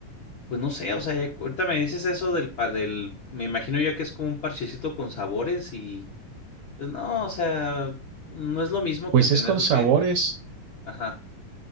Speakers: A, on the left; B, on the right.
A: pues no sé, o sea, ya- ahorita me dices eso del, pa- del, me imagino yo que es como un parchecito con sabores y, pues no, o sea, no es lo mismo
B: Pues
A: que tener
B: es con sabores.
A: que, ajá.